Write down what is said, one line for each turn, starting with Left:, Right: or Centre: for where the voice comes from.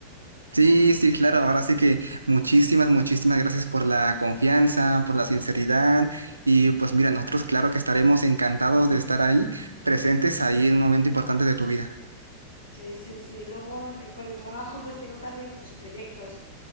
Right: Sí, sí, claro. Ahora sí que muchísimas, muchísimas gracias por la confianza, por la sinceridad. Y pues mira, nosotros claro que estaremos encantados de estar ahí, presentes ahí en un momento importante de tu vida.
Left: Sí, sí, sí. Luego eh, con el trabajo pues tengo también otros proyectos.